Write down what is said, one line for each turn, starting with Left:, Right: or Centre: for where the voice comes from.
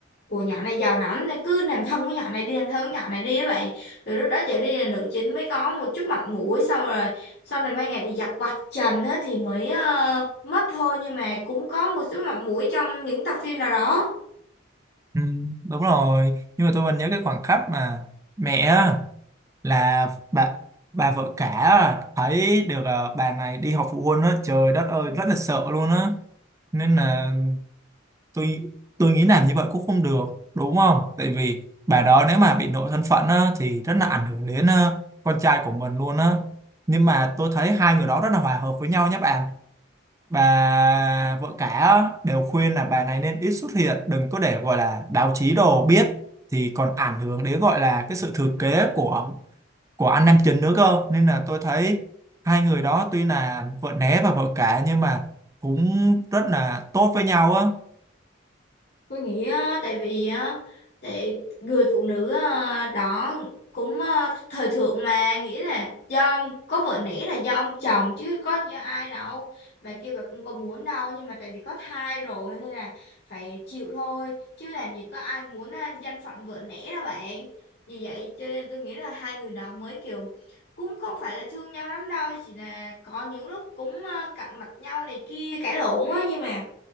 Left: của nhỏ này giàu lắm nên cứ làm thân với nhỏ này đi làm thân với nhỏ này đi á bạn. Từ lúc đó trở đi là nữ chính mới có một chút mặt mũi xong rồi xong rồi mấy ngày thì giặt vạch trần á thì mới ờ, mất thôi nhưng mà cũng có một số mặt mũi trong những tập phim nào đó
Right: ừ, đúng rồi nhưng mà tôi vẫn nhớ cái khoảnh khắc mà mẹ á, là bà bà vợ cả á, thấy được à, bà này đi họp phụ huynh á trời đất ơi rất là sợ luôn á nên là tôi tôi nghĩ làm như vậy cũng không được đúng không tại vì bà đó nếu mà bị lộ thân phận á, thì rất là ảnh hưởng đến ờ, con trai của mình luôn á nhưng mà tôi thấy hai người đó rất là hòa hợp với nhau nhé bạn bà vợ cả á, đều khuyên là bà này nên ít xuất hiện đừng có để gọi là báo chí đồ biết thì còn ảnh hưởng đến gọi là cái sự thừa kế của của anh nam chính nữa cơ nên là tôi thấy hai người đó tuy là vợ né và vợ cả nhưng mà cũng rất là tốt với nhau á
Left: Tôi nghĩ á, tại vì á, tại người phụ nữ à, đó cũng à, thời thượng mà nghĩ là do có vợ nể là do ông chồng chứ có do ai đâu bà kia bà cũng có muốn đâu nhưng mà tại vì có thai rồi nên là phải chịu thôi chứ làm gì có ai muốn à, danh phận vợ nể đâu bạn vì vậy cho nên tôi nghĩ là hai người đó mới kiểu cũng không phải là thương nhau lắm đâu chỉ là có những lúc cũng à, cạnh mặt nhau này kia cãi lộn á nhưng mà